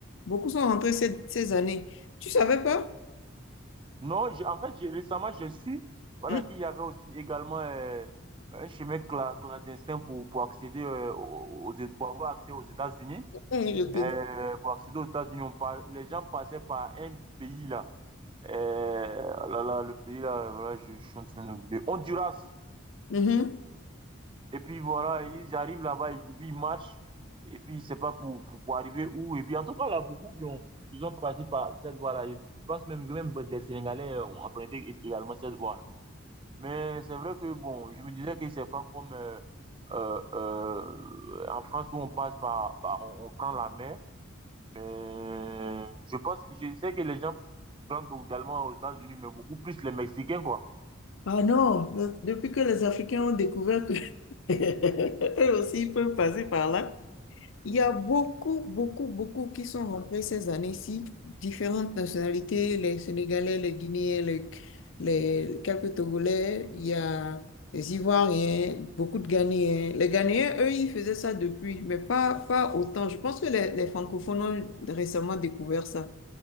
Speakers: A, on the left (about 70°); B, on the right (about 25°).
A: Beaucoup sont rentrés cette- ces années. Tu savais pas?
B: Non, j'ai- en fait, j'ai- récemment, j'ai su voilà,
A: Hum,
B: qu'il y avait aussi également euh, un chemin cla- clandestin pour, pour accéder euh, aux, aux- pour avoir accès aux États-Unis.
A: hum, Je te
B: Euh,
A: dis.
B: pour accéder aux États-Unis, on par- les gens passaient par un pays là. Euh, oh là là, le pays là, voilà, je, je suis en train de... l'oublier. Honduras.
A: Mhm.
B: Et puis voilà, ils arrivent là-bas, et puis ils marchent, et puis c'est pas pour, pour, pour arriver où. Et puis en tout cas, là, beaucoup qui ont, ils ont passé par cette voie-là. Je pense même, même des Sénégalais euh, ont emprunté également cette voie-là. Mais c'est vrai que bon, je me disais que c'est pas comme euh, euh, euh, en France où on passe par, par on, on prend la mer. Euh, je pense, je sais que les gens prennent également aux États-Unis, mais beaucoup plus les Mexicains, quoi.
A: Ah non, de- depuis que les Africains ont découvert que <laughs> eux aussi ils peuvent passer par là, il y a beaucoup, beaucoup, beaucoup qui sont rentrés ces années-ci, différentes nationalités, les Sénégalais, les Guinéens, les, les- quelques Togolais, il y a les Ivoiriens, beaucoup de Ghanéens. Les Ghanéens, eux, ils faisaient ça depuis, mais pas, pas autant. Je pense que les, les francophones ont récemment découvert ça.